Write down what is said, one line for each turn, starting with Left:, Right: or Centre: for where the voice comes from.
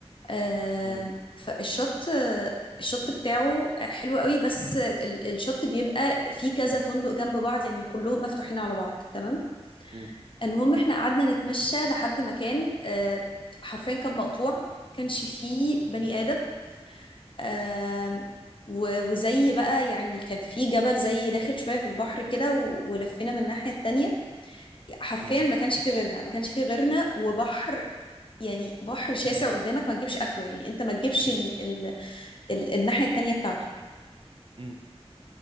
Left: آه
Right: مم.
Left: فالشط آه الشط بتاعه حلو قوي بس ال- الشط بيبقى فيه كذا فندق جنب بعض يعني كلهم مفتوحين على بعض تمام
Right: مم.
Left: المهم احنا قعدنا نتمشى لحد مكان آه، حرفيا كان مقطوع كانش فيه بني آدم آم، و- وزي بقى يعني كان في جبل زي داخل شوية في البحر كده و- ولفينا من الناحية التانية حرفيا
Right: مم.
Left: ما كانش فيه غيرنا ما كانش فيه غيرنا وبحر يعني بحر شاسع قدامك ما تجيبش آخره يعني انت ما تجيبش ال ال ال الناحية التانية بتاعته
Right: مم.